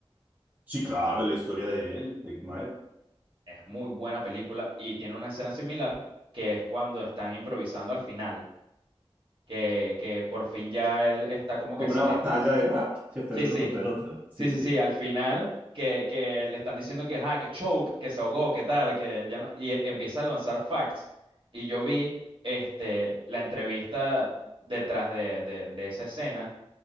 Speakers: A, on the right (about 15°); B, on the right (about 55°).
A: Sí, claro, la historia de él, de Eight Mile.
B: Es muy buena película y tiene una escena similar que es cuando están improvisando al final, que, que por fin ya él está como
A: Como
B: que saliendo.
A: una batalla de rap, ¿cierto?
B: Sí,
A: El uno
B: sí,
A: contra el otro. Sí,
B: sí, sí,
A: sí,
B: sí, al final que, que le están diciendo que, ah, que choke, que se ahogó, que tal, que ya no, y e- empieza a lanzar facts. Y yo vi este, la entrevista detrás de, de, de esa escena